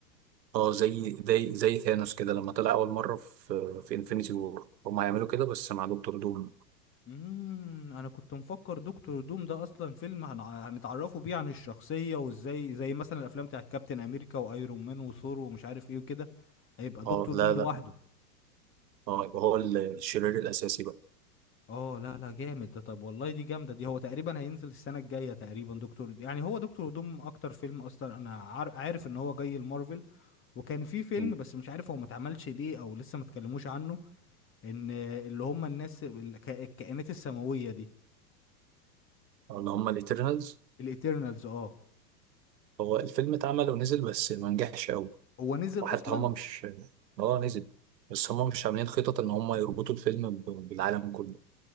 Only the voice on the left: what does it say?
امم انا كنت مفكر دكتور دوم ده اصلا فيلم هن... هنتعرفوا بيه عن الشخصيه وازاي زي مثلا الافلام بتاعت كابتن امريكا وايرون مان وثور ومش عارف ايه وكده هيبقى دكتور
دوم لوحده
اه لا لا جامد ده طب والله دي جامده دي هو تقريبا هينزل السنه الجايه تقريبا دكتور يعني هو دكتور دوم اكتر فيلم اصلا انا عار... عارف ان هو جاي المارفل وكان في فيلم
بس مش عارف هو ما اتعملش ليه او لسه ما اتكلموش عنه ان اللي هم الناس ال- الك- الكائنات السماويه دي
الايترنالز اه
هو نزل
اصلا